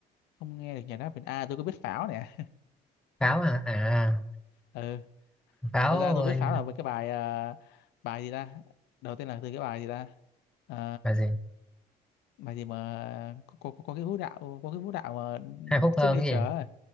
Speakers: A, on the left; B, in the centre.
A: không nghe được nhạc rap Việt à tôi có biết Pháo nè
B: Pháo hả à
A: ừ.
B: Pháo
A: thật ra tôi
B: ơi,
A: biết Pháo là với cái bài ờ, bài gì ta đầu tiên là từ cái bài gì ta Ờ,
B: bài gì
A: bài gì mà có, có, có cái vũ đạo có cái vũ đạo mà
B: hai phút hơn
A: signature
B: cái gì
A: ấy.